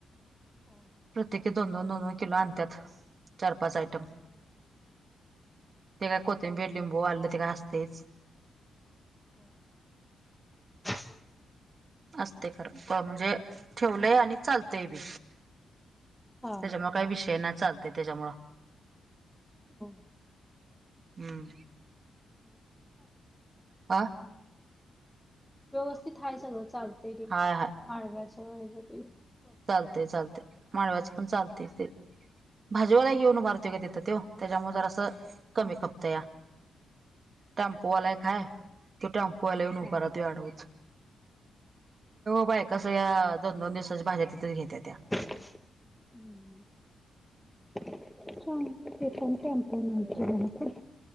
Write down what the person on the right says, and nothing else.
प्रत्येकी दोन दोन दोन दोन किलो आणत्यात. चार पाच आयटम
ते काय कोथिंबीर लिंबू आलं ते का असतेच.
असते खरं अ म्हणजे ठेवलंय आणि चालतंय बी
त्याच्यामुळे काय विषय नाही चालते त्याच्यामुळं
हम्म
अ
हाय
चालते चालते माळव्याचं पण चालते ते भाजीवाला घेऊन उभारते का तिथ त्यो त्याच्यामुळे जरास कमी
खपतंया टॅम्पोवाला एक हाय तो टॅम्पोवाला येऊन उभारतो
तो आडवच बायका सगळ्या दोन दोन दिवसाच्या भाज्या तिथंच घेतेत्या